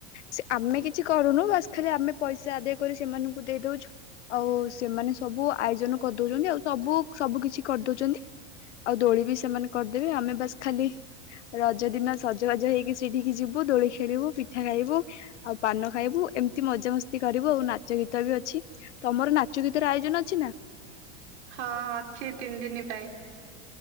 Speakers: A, on the left; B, on the right.
A: ସେ ଆମେ କିଛି କରୁନୁ ବାସ୍ ଖାଲି ଆମେ ପଇସା ଆଦାୟ କରି ସେମାନଙ୍କୁ ଦେଇଦଉଛୁ। ଆଉ ସେମାନେ ସବୁ ଆୟୋଜନ କରିଦଉଛନ୍ତି ଆଉ ସବୁ ସବୁ କିଛି କରିଦଉଛନ୍ତି। ଆଉ ଦୋଳି ବି ସେମାନେ କରିଦେବେ ଆମେ ବାସ୍ ଖାଲି ରଜ ଦିନ ସଜବାଜ ହେଇକି ସେଇଠିକି ଯିବୁ ଦୋଳି ଖେଳିବୁ ପିଠା। ମିଠା ଖାଇବୁ ଆଉ ପାନ ଖାଇବୁ ଏମିତି ମଜା ମସ୍ତି କରିବୁ ଆଉ ନାଚ ଗୀତ ବି ଅଛି। ତମର ନାଚ ଗୀତର ଆୟୋଜନ ଅଛି ନା।
B: ହଁ ଅଛି ତିନି ଦିନ ପାଇଁ।